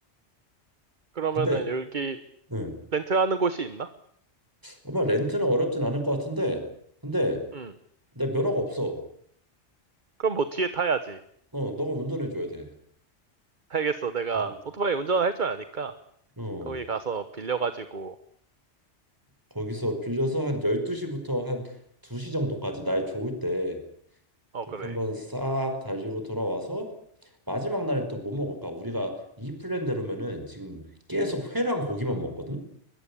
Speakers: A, on the right; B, on the right.
A: 그러면은
B: 근데
A: 여기
B: 응
A: 렌트하는 곳이 있나?
B: 아마 렌트는 어렵진 않을 것 같은데 근데
A: 응.
B: 내 면허가 없어.
A: 그럼 뭐 뒤에 타야지.
B: 어, 너가 운전해 줘야 돼.
A: 알겠어. 내가
B: 어.
A: 오토바이 운전할 줄 아니까
B: 어.
A: 거기 가서 빌려가지고
B: 거기서 빌려서 한 12시부터 한 2시 정도까지 날 좋을 때
A: 어
B: 그렇게
A: 그래.
B: 한번 싹 달리고 돌아와서 마지막 날엔 또 뭐 먹을까? 우리가 이 플랜대로면은 지금 계속 회랑 고기만 먹거든.